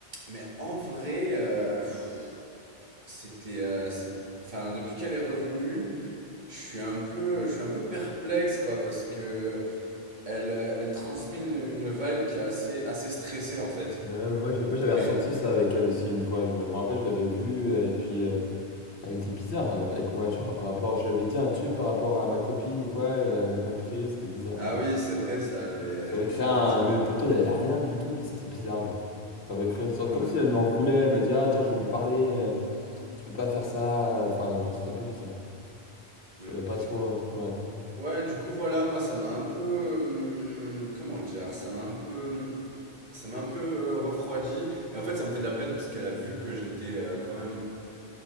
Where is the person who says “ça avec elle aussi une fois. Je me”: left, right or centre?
Left